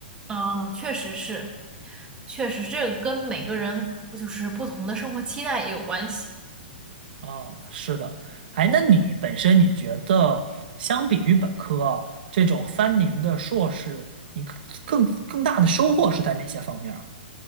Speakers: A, on the right (about 15°); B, on the right (about 60°).
A: 嗯，确实是，确实这个跟每个人不就是不同的生活期待也有关系。
B: 啊，是的，哎，那你本身你觉得，相比于本科这种三年的硕士，你更更更大的收获是在哪些方面儿？